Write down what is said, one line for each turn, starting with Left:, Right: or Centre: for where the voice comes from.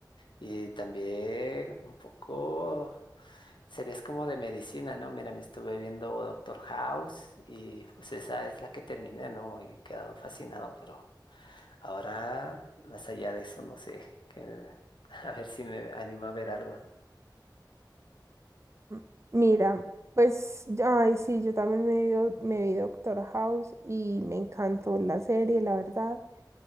Left: Y también un poco series como de medicina, ¿no? Mira, me estuve viendo Doctor House y pues esa es la que terminé, ¿no? Y he quedado fascinado, pero ahora, más allá de eso, no sé, que, <laughs> a ver si me animo a ver algo.
Right: Mm, Mira, pues, ay, sí, yo también me vi, do- me vi Doctor House y me encantó la serie, la verdad.